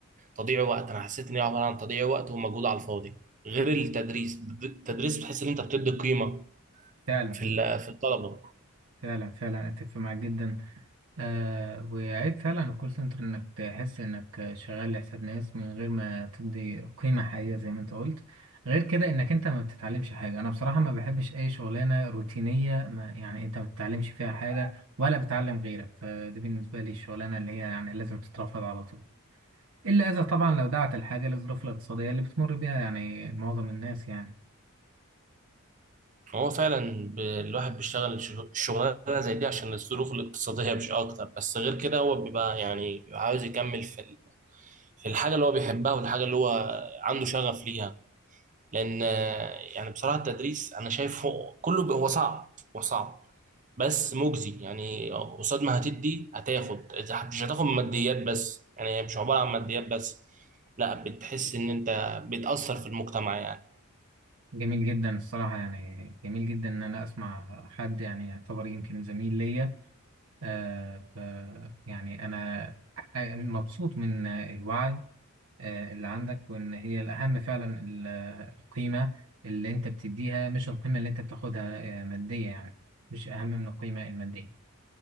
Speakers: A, on the right; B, on the right.
A: تضييع وقت انا حسيت ان هي عبارة عن تضييع وقت ومجهود على الفاضي غير التدريس التدريس بتحس ان انت بتدي قيمة
B: فعلا
A: في ال- في الطلبة
B: فعلا فعلا أتفق معاك جدا آه وعيب فعلا الكول سنتر انك تحس انك شغال لحساب ناس من غير ما تدي قيمة حقيقية زي ما انت قلت غير كده انك انت ما بتتعلمش حاجة انا بصراحة ما بحبش اي شغلانة روتينية ما يعني انت ما بتتعلمش فيها حاجة ولا بتعلم غيرك فدي بالنسبة لي الشغلانة اللي هي يعني لازم تترفض على طول الا اذا طبعا لو دعت الحاجة للظروف الاقتصادية اللي بتمر بيها يعني معظم الناس يعني
A: هو فعلا ب- الواحد بيشتغل شغ- شغلانه زي دي عشان الظروف الاقتصاديه مش اكتر بس غير كده هو بيبقى يعني بيبقى عاوز يكمل في ال- في الحاجه اللي هو بيحبها والحاجه اللي هو عنده شغف ليها لان آه، يعني بصراحه التدريس انا شايفه كله ب- هو صعب هو صعب بس مجزي يعني قصاد ما هتدي هتاخد إذا مش هتاخد ماديات بس يعني مش عباره عن ماديات بس لا بتحس ان انت بتاثر في المجتمع يعني
B: جميل جدا الصراحة يعني جميل جدا ان انا اسمع حد يعني يعتبر يمكن زميل ليا آه، ف يعني أنا مبسوط من الوعي آه، اللي عندك وإن هي الأهم فعلا ال- آه، القيمة اللي أنت بتديها مش القيمة اللي أنت بتاخدها آه، مادية يعني مش أهم من القيمة المادية